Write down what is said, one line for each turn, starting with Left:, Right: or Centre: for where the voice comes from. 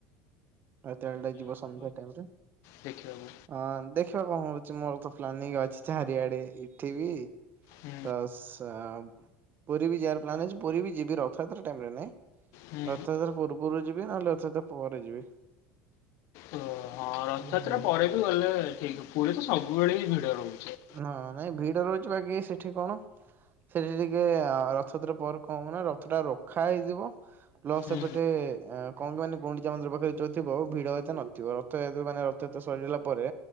Right: ଆଉ ତମେ ବା ଯିବ ସନ୍ଧ୍ୟା ଟାଇମ ରେ।
Left: ଦେଖିବାକୁ
Right: ହଁ ଦେଖିବା କଣ ହଉଛି ମୋର ତ ପ୍ଲାନିଂ ଅଛି ଚାରିଆଡେ ଏଠି ବି
Left: ହୁଁ
Right: ପ୍ଲସ ପୁରୀ ବି ଯିବାର ପ୍ଲାନ ଅଛି। ପୁରୀ ବି ଯିବି ରଥଯାତ୍ରା ଟାଇରେ ନାଇଁ
Left: ହୁଁ
Right: ରଥଯାତ୍ରା ପୂର୍ବରୁ ଯି ମୁଁ ନହେଲେ ରଥାଯାତ୍ରା ପରେ ଯିବି।
Left: ଓ ହଁ ରଥଯାତ୍ରା
Right: ହୁଁ।
Left: ପରେ ବି ଗଲେ ଠିକ ପୁରୀ ତ ସବୁବେଳେ ବି ଭିଡ ରହୁଚି।
Right: ହଁ ନାଇଁ ଭିଡ ରହୁଛି ବାକି ସେଠି କଣ ସେଇ ଦିନିକିଆ ରଥଯାତ୍ରା ପରେ କଣ ହବ ନା ରଥଟା ରଖା ହେଇଥିବ। <unintelligible>
Left: ହୁଁ
Right: ସେ ପଟେ କଣ କାହାନି ଗୁଣ୍ଡିଚା ମନ୍ଦିର ପାଖରେ ଯଉ ଥିବ ଭିଡ ଏତେ ନଥିବ ରଥ ମାନେ ରଥୟାତ୍ରା ସରିିଗଲା ପରେ